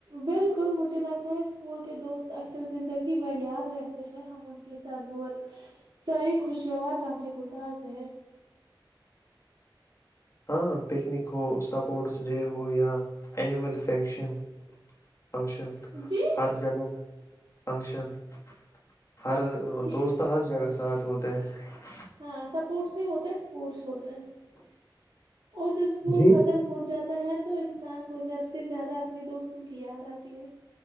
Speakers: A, on the right (about 85°); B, on the left (about 35°).
A: بالکل <unintelligible> مجھے لگتا ہے اسکول کے دوست اکثر زندگی بر یاد رہتے ہیں ہم ان کے ساتھ بہت ساری خوشگوار لمحے گزارتے ہیں <unintelligible>
B: ہاں پکنک ہو سپورٹس ڈے ہو یا اینول فنکشن فنکشن
A: جی
B: ہر جگہ <unintelligible> فنکشن <unintelligible> ہر
A: جی
B: دوست ہر جگہ سے ساتھ ہوتا ہے <unintelligible>
A: ہاں سپورٹس نہیں ہوتا ہے اسپورٹس ہوتا ہے <unintelligible> اور جب اسکول
B: جی
A: ختم ہو جاتا ہے تو انسان کو زیادہ سب سے زیادہ اپنے دوستوں کی یاد آتی ہے